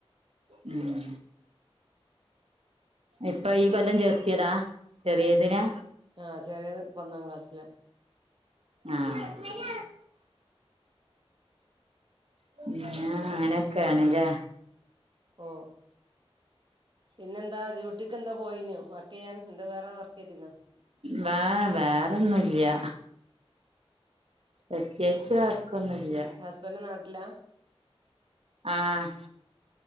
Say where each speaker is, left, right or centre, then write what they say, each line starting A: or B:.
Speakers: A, on the right; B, on the right.
A: ഉം ഇപ്പൊ ഈ കൊല്ലം ചേർത്തിയതാ ചെറിയതിനെ.
B: ആഹ് ചെറിയത് ഇപ്പൊന്നാം ക്ലാസ്സിലാ
A: ആഹ് പിന്നെ അങ്ങനെയൊക്കെയാണ്ല്ലേ
B: പിന്നെ ഓഹ് പിന്നെന്താ ഡ്യൂട്ടിക്കെന്തോ പോയിനോ വർക്കെയ്യാൻ എന്താ വേറെ വർക്കെയ്തിനോ?
A: വാ വേറൊന്നുല്ലാ പ്രത്യേയിച്ച് വർക്കൊന്നുല്ലാ
B: ഹസ്ബൻഡ് നാട്ടിലാ
A: ആഹ്